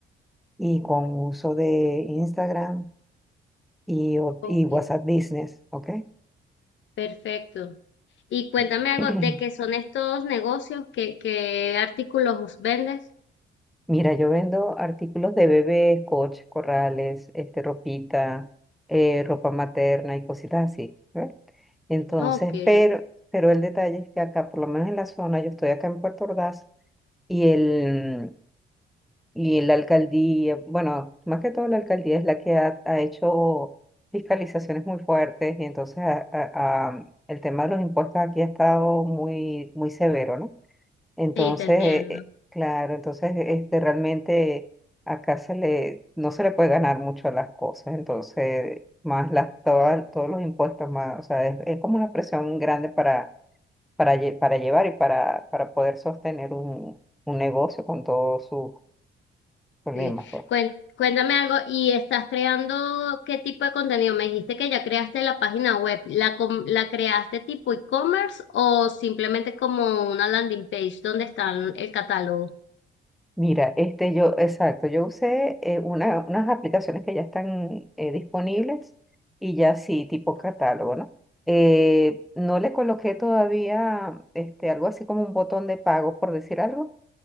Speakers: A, in the centre; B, on the left.
A: y con uso de Instagram y, o-
B: ok,
A: y WhatsApp Business, ¿ok?
B: perfecto. Y cuéntame
A: <clears throat>
B: algo de qué son estos negocios, qué, qué artículos vendes.
A: Mira, yo vendo artículos de bebés, coches, corrales, este, ropita, eh, ropa materna y cositas así, ¿ve? Entonces,
B: Ok, sí,
A: pero, pero el detalle es que acá, por lo menos en la zona, yo estoy acá en Puerto Ordaz y el, Y la alcaldía, bueno, más que todo la alcaldía es la que ha, ha hecho fiscalizaciones muy fuertes y entonces a- a- a- el tema de los impuestos aquí ha estado muy, muy severo, ¿no? Entonces,
B: te entiendo.
A: eh, eh, claro, entonces este, realmente acá se le, no se le puede ganar mucho a las cosas, entonces más las, todas- todos los impuestos, más, o sea, es, es como una presión grande para, para, lle- para llevar y para, para poder sostener un, un negocio con todos sus problemas,
B: Sí.
A: pues.
B: Cuen- Cuéntame algo, ¿y estás creando qué tipo de contenido? Me dijiste que ya creaste la página web, ¿la, com- la creaste tipo e-commerce o simplemente como una landing page donde está el catálogo?
A: Mira, este yo, exacto, yo usé eh, una- unas aplicaciones que ya están eh, disponibles y ya sí, tipo catálogo, ¿no? Eh, no le coloqué todavía este, algo así como un botón de pago, por decir algo.